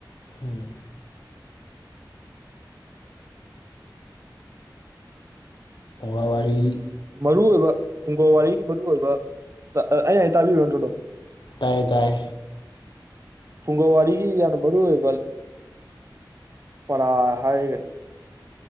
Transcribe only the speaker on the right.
ꯃꯔꯨ ꯑꯣꯏꯕ ꯐꯨꯡꯒꯧ ꯋꯥꯔꯤꯒꯤ ꯃꯔꯨꯑꯣꯏꯕ ꯑꯩꯅ ꯍꯥꯏ ꯇꯥꯕꯤꯕ ꯅꯠꯇ꯭ꯔꯣꯗꯨꯝ
ꯐꯨꯡꯒ ꯋꯥꯔꯤꯒꯤ ꯌꯥꯝꯅ ꯃꯔꯨ ꯑꯣꯏꯕ ꯄꯔꯥ ꯍꯥꯏꯔꯒꯗꯤ